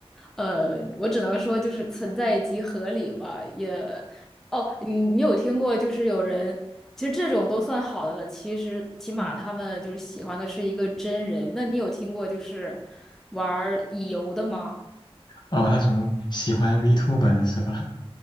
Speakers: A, in the centre; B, on the left.
A: 呃，我只能说就是存在即合理吧，也。哦，你你有听过就是有人其实这种都算好的了。其实起码他们就是喜欢的是一个真人。那你有听过就是玩儿乙游的吗？
B: 哦，那种喜欢 v t u b e 的是吧？